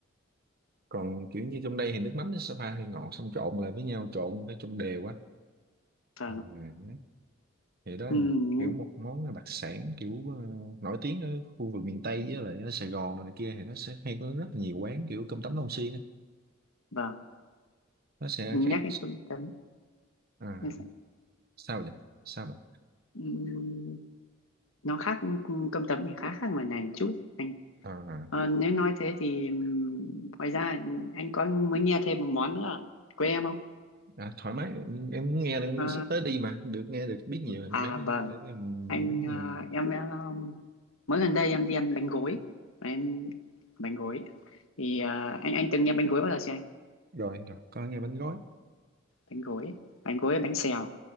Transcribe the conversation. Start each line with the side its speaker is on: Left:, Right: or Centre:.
Right: còn kiểu như trong đây thì nước mắm nó sẽ pha hơi ngọt xong trộn lại với nhau trộn phải trong đều quá
Left: vâng
Right: Ừ, thì đó
Left: ừ,
Right: là một kiểu
Left: nên
Right: một món đặc sản kiểu ờ, nổi tiếng ở khu vực miền Tây với lại ở Sài Gòn rồi này kia thì nó sẽ hay có rất nhiều quán kiểu cơm tấm Long Xuyên á
Left: vâng
Right: nó sẽ
Left: nhắc
Right: khác
Left: cái cơm tấm
Right: à,
Left: em sẽ,
Right: sao vậy sao vậy
Left: ừm, nó khác ừ, cơm tấm thì khá khác ngoài này một chút anh ạ.
Right: à,
Left: Ờ, nếu nói thế thì ừm, ngoài ra anh có mới nghe thêm một món nữa ở quê em không
Right: à, thoải mái em nghe đang
Left: Ờ,
Right: sắp tới đi mà được nghe được biết nhiều em
Left: à
Right: phải
Left: vâng
Right: để mà mình
Left: anh
Right: biết nhiều
Left: ờ,
Right: mà.
Left: em ờ, mới gần đây em đi ăn bánh gối em bánh gối thì ờ, anh anh từng nghe bánh gối bao giờ chưa
Right: rồi rồi coi nghe bánh gói
Left: bánh gối bánh gối với bánh xèo